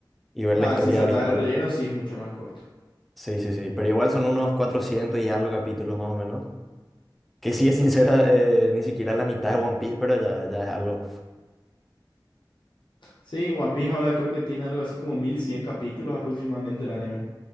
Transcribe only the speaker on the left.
Ah,
si saltas
el relleno, sí es mucho más corto.
Sí, One Piece ahora creo que tiene algo así como 1100 capítulos aproximadamente el anime.